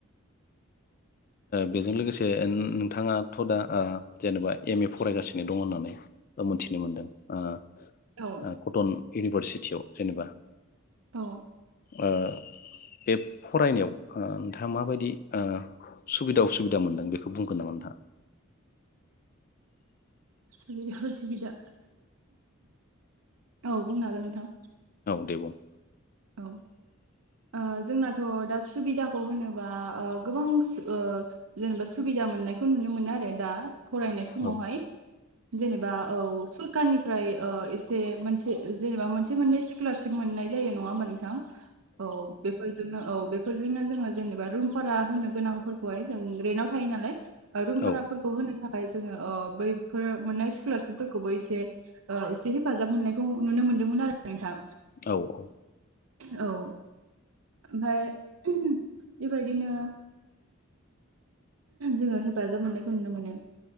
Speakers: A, on the left; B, on the right.
A: बेजों लोगोसे ए नोंथाङाथ' दा जेनेबा एम ए फरायगासिनो दं होननानै मोनथिनो मोनदों ओ
B: औ
A: कटन इउनिभारसिटियाव जेनेबा
B: औ
A: ओ बे फरायनायाव ओ नोंथाङा माबायदि ओ सुबिदा उसुबिदा मोनदों बेखौ बुंगोन नामा नोंथाङा?
B: सुबुबिदा असुबिदा औ बुंनो हागोन नोंथां
A: दब
B: औ ओ जोंनाथ' दा सुबिदाखौ होनोबा ओ गोबां ओ जेनेबा सुबिदा मोननायखौ नुनो मोनो आरो दा। फरायनाय समावहाय
A: औ
B: जेनेबा औ खारनिफ्राय मोनसे मोनसे जेनेबा मोन मोनसे मोननै स्कलारशिप मोननाय जायो नङामोन <unintelligible> औ बेफोरजोंनो औ बेफोरजोंनो जोङो जेनेबा रुमबारा होनो गोनांफोरखौहाय जों रेन्टाव थायो नालाय रुम भाराफोरखौ
A: औ
B: होनो थाखाय जोङो ओ बैफोर मोननाय स्कुलारशिपफोरखौबो एसे ओ एसे हेफाजाब मोननायखौ नुनो मोनदोंमोन आरो नोंथां
A: औ औ
B: औ ओमफाय बेबायदिनो जोङो हेफाजाब मोननायखौ नुनो मोनो